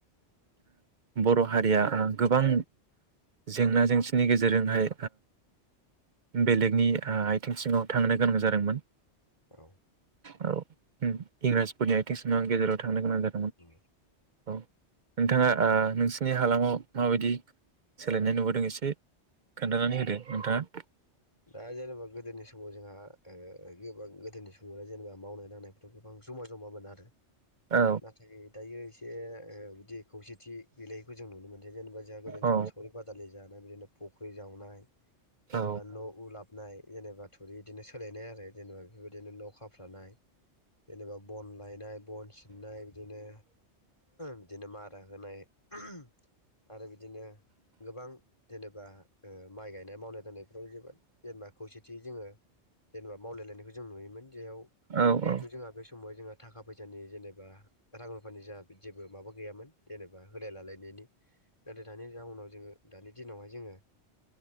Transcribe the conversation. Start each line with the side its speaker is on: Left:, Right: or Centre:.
Right: बर' हारिया गोबां जेंना जेंसिनि गेजेरजोंहाय बेलेगनि आथिं सिङाव थांनो गोनां जादोंमोन
Left: औ
Right: औ ओम इंराजफोरनि आ <unintelligible> गेजेराव थांनो गोनां जादों
Left: औ
Right: औ नोंथांङा नोंसिनि हालामाव माबायदि सोलायनाय नुबोदों एसे खोन्थानानै होदो नोंथांङा
Left: दा जेनेबा गोदोनि समाव जोंहा गोबां गोदोनि समावनो जेनेबा मावनाय दांनायथ' गोबां जमा जमाामोन आरो
Right: औ
Left: नाथाय दायो बे ओ बिदि खौसेथि बिलाइखौ जों नुनो मोनस जेनेबा जोंहा गोदान
Right: औ
Left: समाव सावरि बादालि जानाय बिदिनो फुख्रि जावनाय जेनबा
Right: औ
Left: न लाबनाय जेनेबा थुरि इदिनो सोलायनाय आरो जेनेबा बेफोरबायदिनो न खा फ्रानाय जेनेबा बन लायनाय बन सिननाय बिदिनो बिदिनो मारा होनाय ओहम आरो बिदिनो गोबां जेनेबा ओ माइ गायनाय मावनाय दांनायफ्राव जोबोद जेनेबा खौसेथि जोंङो जेनेबा मावलायलायनायखौ जों नुयोमोन जेरयाव
Right: औ
Left: जिहेथु
Right: औ
Left: जोंहा बे समाव जोंहा थाखा फैसानि जेनेबा रां रुफानि जा बिदि जेबो माबा गैयामोन जेनेबा होनाय लालायनायनि नाथाय दानि जाउनाव जोङो दानि दिनावहाय जोंङो